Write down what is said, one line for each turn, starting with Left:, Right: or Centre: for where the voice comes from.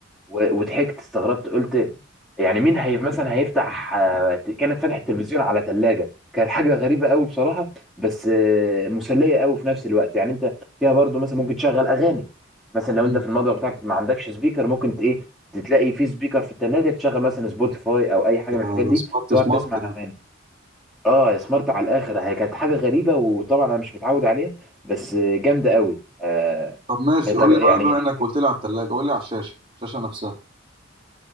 Centre: و- وضحكت استغربت قلت يعني مين هي مثلا هيفتح آه، كانت فاتحة التلفزيون على ثلاجة كانت حاجة غريبة قوي بصراحة بس آه، مسلية قوي في نفس الوقت يعني انت فيها برضو مثلا ممكن تشغل اغاني مثلا لو
Right: مم.
Centre: انت في المطبخ بتاعك ما عندكش سبيكر ممكن ت- ايه تلاقي في سبيكر في الثلاجة تشغل مثلا سبوتيفاي او اي حاجة من
Right: آه،
Centre: الحاجات دي
Right: سمارت
Centre: تقعد
Right: سمارت
Centre: تسمع
Right: يعني
Centre: اغاني اه سمارت على الاخر هي كانت حاجة غريبة وطبعا انا مش متعود عليها بس آه، جامدة قوي آه،
Right: طب ماشي قول
Centre: يعني
Right: لي بقى بما انك قلت لي على الثلاجه قول لي على الشاشه الشاشه نفسها